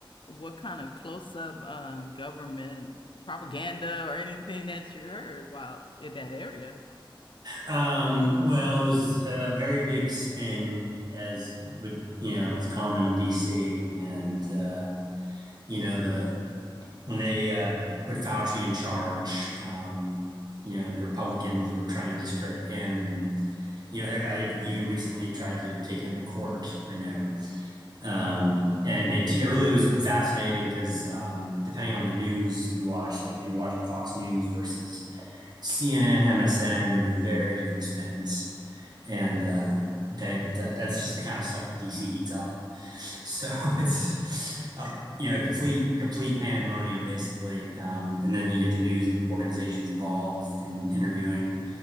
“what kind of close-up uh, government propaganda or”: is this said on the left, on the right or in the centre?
Left